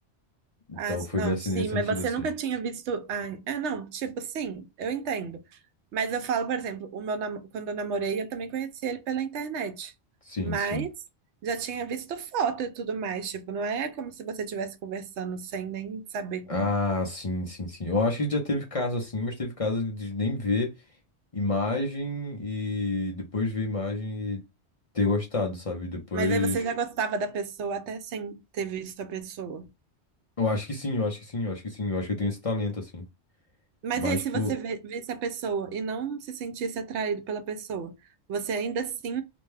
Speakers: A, on the left; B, on the right.
A: Então,
B: Ah,
A: foi
B: não,
A: nesse,
B: sim,
A: nesse
B: mas
A: sentido,
B: você
A: assim.
B: nunca tinha visto. Ah, é, não, tipo, sim, eu entendo. Mas eu falo, por exemplo, o meu nam- quando eu namorei, eu também conheci ele pela internet.
A: Sim,
B: Mas
A: sim.
B: já tinha visto foto e tudo mais. Tipo, não é como se você estivesse conversando sem nem saber como.
A: Ah, sim, sim, sim. Eu acho que já teve caso assim, mas teve caso de nem ver. imagem e depois ver a imagem e ter gostado, sabe? Depois.
B: Mas aí você já gostava da pessoa até sem ter visto a pessoa.
A: Eu acho que sim, eu acho que sim, eu acho que sim, eu acho que eu tenho esse talento, assim.
B: Mas
A: Mas,
B: e aí, se
A: tipo,
B: você vê- visse a pessoa e não se sentisse atraído pela pessoa, você ainda assim